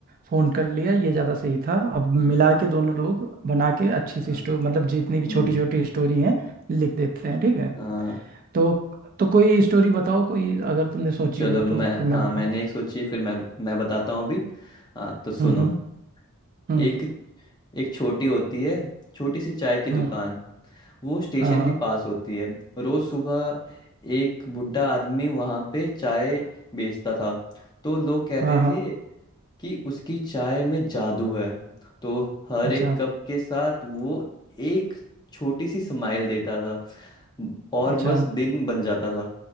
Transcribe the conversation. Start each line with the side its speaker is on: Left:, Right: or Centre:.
Right: फोन कर लिया ये ज़्यादा सही था अब
Left: हम्म,
Right: मिला के दोनों लोग बना के अच्छी
Left: हाँ
Right: सी स्टोरी मतलब जितनी
Left: हम्म
Right: भी छोटी छोटी स्टोरी हैं लिख देते हैं ठीक है
Left: हाँ
Right: तो तो कोई स्टोरी बताओ कोई अगर तुमने सोची
Left: चलो
Right: हो
Left: मैं
Right: तो फिर मैं
Left: हाँ
Right: बताऊँ
Left: मैंने एक सोची फिर मैं मैं बताता हूँ अभी हाँ तो सुनो
Right: हम्म हम्म हम्म
Left: एक एक छोटी होती है छोटी सी चाय की दुकान
Right: हम्म,
Left: वो स्टेशन
Right: हाँ हाँ
Left: के पास होती है रोज सुबह एक बुढ़ा आदमी वहां पे चाय बेचता था तो लोग कहते
Right: हाँ हाँ
Left: थे कि उसकी चाय में जादू है तो हर
Right: अच्छा
Left: एक कप के साथ वो एक छोटी सी स्माइल देता था और
Right: अच्छा
Left: बस दिन बन जाता था